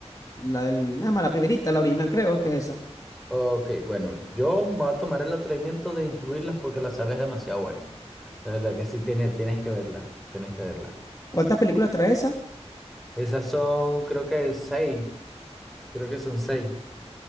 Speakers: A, on the left; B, in the centre.
A: la del, nada más la primerita, la original creo que es esa.
B: Ok, bueno, yo me voy a tomar el atrevimiento de incluirlas porque la saga es demasiado buena. De verdad que sí tienes, tienes que verla, tienes que verla.
A: ¿Cuántas películas trae esa?
B: Esas son, creo que seis, creo que son seis.